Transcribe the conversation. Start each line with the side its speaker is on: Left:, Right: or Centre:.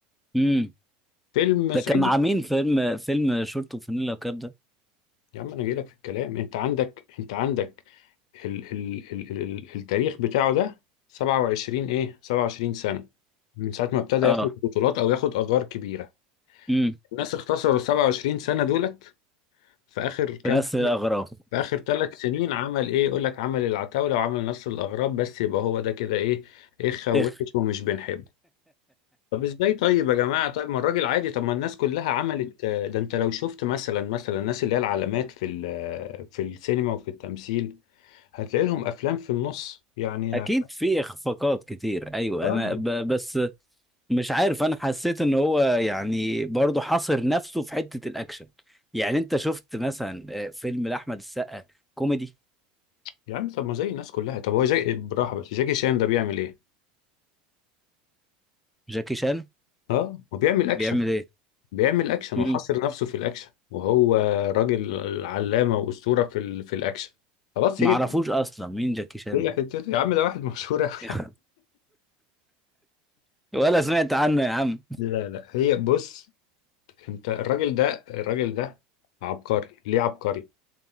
Centre: امم
Left: فيلم
Centre: ده
Left: صعيدي
Centre: كان مع مين فيلم فيلم شورت وفانيلا وكاب ده
Left: يا عم انا جاي لك في الكلام انت عندك انت عندك ال ال ال ال التاريخ بتاعه ده 27 ايه 27 سنة من ساعة ما ابتدى
Centre: اه
Left: ياخد بطولات او ياخد ادوار كبيرة
Centre: امم
Left: الناس اختصروا ال 27 سنة دولت في اخر كام
Centre: في نفس
Left: سنة
Centre: الأغراض
Left: في اخر ثلاث سنين عمل ايه يقول لك عمل العتاولة وعمل نصر الاغراب بس يبقى هو ده كده ايه ايه خوش
Centre: <laughs> إخ-
Left: ومش بنحب طب ازاي طيب يا جماعة طيب ما الراجل عادي طب ما الناس كلها عملت آه، ده انت لو شفت مثلا مثلا الناس اللي هي العلامات في ال- آه، في السينما وفي التمثيل هتلاقي لهم افلام في النص يعني
Centre: اكيد في اخفاقات كتير ايوه
Left: اه
Centre: انا ب... بس مش عارف انا حسيت ان هو يعني برضه حاصر نفسه في حتة الاكشن يعني انت شفت مثلا آه، فيلم لاحمد السقا كوميدي
Left: يا عم طب ما زي الناس كلها طب هو جاي بالراحة بس جاكي شان ده بيعمل ايه؟
Centre: جاكي شان
Left: اه هو بيعمل اكشن
Centre: بيعمل ايه
Left: بيعمل اكشن
Centre: مم.
Left: وحاصر نفسه في الاكشن وهو راجل علامة واسطورة في ال... في الاكشن خلاص
Centre: معرفوش
Left: هي دي-
Centre: اصلا مين جاكي شان
Left: هي حتته يا عم ده واحد مشهور أوي.
Centre: ده <laughs> ولا سمعت عنه يا عم
Left: لا لا هي بص انت الراجل ده الراجل ده عبقري ليه عبقري